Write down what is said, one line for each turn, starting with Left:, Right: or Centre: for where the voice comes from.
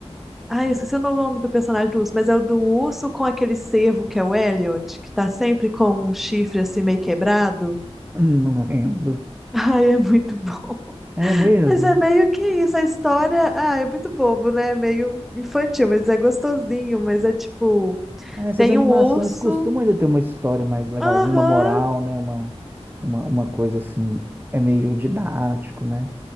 Centre: Ai, eu esqueci o nome do personagem do urso, mas é o do urso com aquele cervo que é o Elliot, que tá sempre com um chifre assim meio quebrado.
Right: <laughs> Não lembro.
Centre: <laughs> Ai, é muito bom.
Right: É mesmo?
Centre: Mas é meio que isso, a história, ah, é muito bobo, né? É meio infantil, mas é gostosinho, mas é tipo,
Right: Ah, essas
Centre: tem
Right: animações
Centre: um urso,
Right: costumam ainda ter uma história mais legalzinha,
Centre: aham,
Right: uma moral, né? Uma, uma, uma coisa assim, é meio didático, né?